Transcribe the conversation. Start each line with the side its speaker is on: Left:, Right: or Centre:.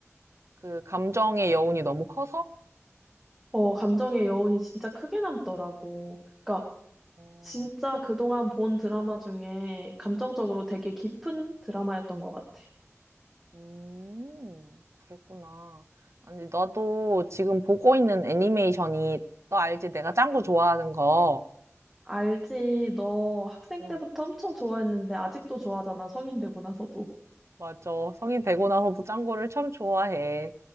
Right: 그 감정의 여운이 너무 커서?
Centre: 어, 감정의 여운이 진짜 크게 남더라고. 그러니까
Right: 어.
Centre: 진짜 그동안 본 드라마 중에 감정적으로 되게 깊은 드라마였던 것 같아.
Right: 음, 그랬구나. 아니, 나도 지금 보고 있는 애니메이션이, 너 알지? 내가 짱구 좋아하는 거.
Centre: 알지? 너 학생
Right: 어,
Centre: 때부터 엄청 좋아했는데 아직도 좋아하잖아. 성인 되고 나서도.
Right: 맞아. 성인 되고 나서도 짱구를 참 좋아해.